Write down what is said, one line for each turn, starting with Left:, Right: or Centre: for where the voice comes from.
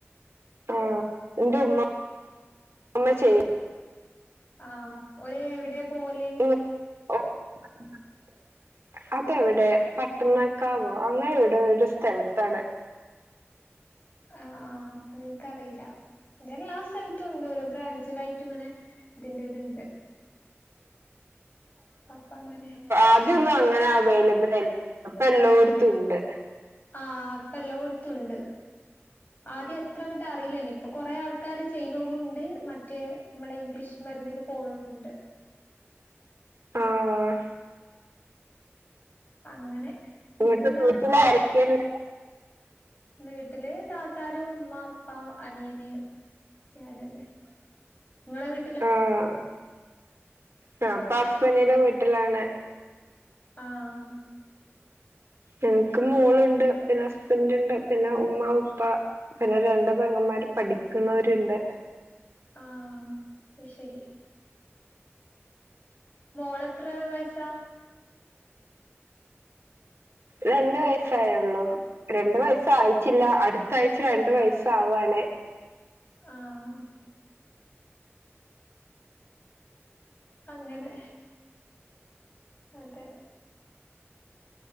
Right: ആഹ ഇന്റെ ഉമുമ്മ ചെയ
Left: ആഹ ഓര് എവിടെയാ പോവല്?
Right: <unintelligible> അതെ എവിടെ പട്ടണക്കാവോ അങ്ങനെ എവിടെ ഇവിടെ സ്ഥലത്താണ്.
Left: ആഹ ആഹ അത് നിനക്കറിയില്ല. ഇതെല്ലാ സ്ഥലത്തും ഉണ്ട് ഓരോ ബ്രാഞ്ചിലായിട്ടും ഇങ്ങനെ ഇതിന്റെ ഇത്ണ്ട്. അപ്പ അങ്ങനെ
Right: ആദ്യൊന്നും അങ്ങനെ അവൈലബിൾ അലേർന്നു ഇപ്പ എല്ലോട്ത്തും ഉണ്ട്.
Left: ആഹ ഇപെല്ലോടുത്തുണ്ട്. ആദ്യം അത്ര അങ്ങോട്ട് അറിയില്ലേന്നി ഇപ്പൊ കൊറേ ആൾക്കാര് ചെയ്യനോലുണ്ട് മറ്റേ നമ്മളെ ഇംഗ്ലീഷ് മരുന്നില് പോണവരുണ്ട്.
Right: ആഹ്
Left: അങ്ങനെ പിന്നെന്താ
Right: വീട്ട് വീട്ടിലാരൊക്കെ ഇണ്ട്
Left: വീട്ടില് താത്താരും ഉമ്മ ഉപ്പ അനീയന് ഞാനല്ലേ ഇങ്ങളെ വീ
Right: ആഹ് ഞാൻ ഇപ്പ ഹസ്ബന്റിന്റെ വീട്ടിലാണ്.
Left: ആഹ്
Right: എനിക്ക് മോളുണ്ട് പിന്നെ ഹസ്ബൻ്റ് ഇണ്ട് പിന്നെ ഉമ്മ ഉപ്പ. പിന്നെ രണ്ട് പെങ്ങന്മാര് പഠിക്കുന്നവരുണ്ട്.
Left: ആഹ് ശരി. മോളെത്ര വയസാ
Right: രണ്ട് വയസായൊള്ളൂ. രണ്ട് വയസ്സ് ആയിട്ടില്ല അടുത്ത ആഴ്ച രണ്ടു വയസ്സ് ആവാണ്.
Left: ആഹ് അങ്ങനെ. അതെ.